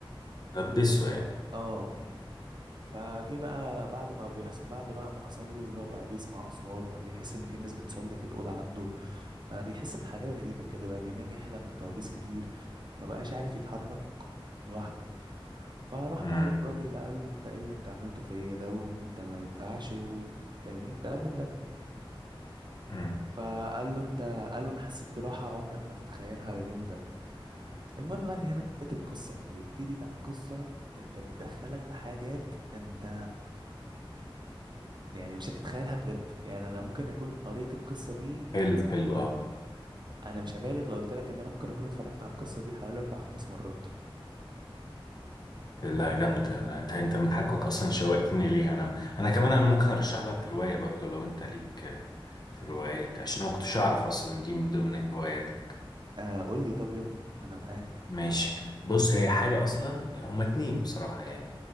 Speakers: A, on the left (about 45°); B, on the right (about 50°).
A: لبسه يعني
B: اه فجه بقى بعد ما بيحصل بعد بقى ما حصل له اللي هو بقى بيسمع اصوات بقى بيحس ان في ناس بتصلي في الاوضه عنده بقى بيحس بحاجات غريبة كده بقى بينام يحلم بكوابيس كتير ما بقاش عارف يتحرك لوحده فراح
A: امم
B: بقى للراجل ده قال له انت ايه اللي انت عملته فيا ده وانت ما ينفعش و- فاهمني وكلام من ده
A: امم
B: فقال له انت قال له انا حسيت براحة عمرك ما تتخيلها باليوم ده المهم بقى ان هنا بداية القصة بتبتدي بقى قصة انت بتدخلك في حاجات انت يعني مش هتتخيلها بجد يعني انا ممكن اكون قريت القصة دي
A: حلو حلو
B: يعني
A: اه
B: انا مش هبالغ لو قلت لك ان انا ممكن اكون اتفرجت على القصه دي حوالي اربع خمس مرات
A: لا جامدة لا، انت انت من حقك اصلا شوقتني ليها انا انا كمان انا ممكن ارشح لك رواية برضو لو انت ليك آه، في الروايات عشان انا ما كنتش اعرف اصلا دي من ضمن هواياتك
B: آه قول لي طب يلا انا معاك
A: ماشي بص هي حاجة اصلا هما اتنين بصراحة يعني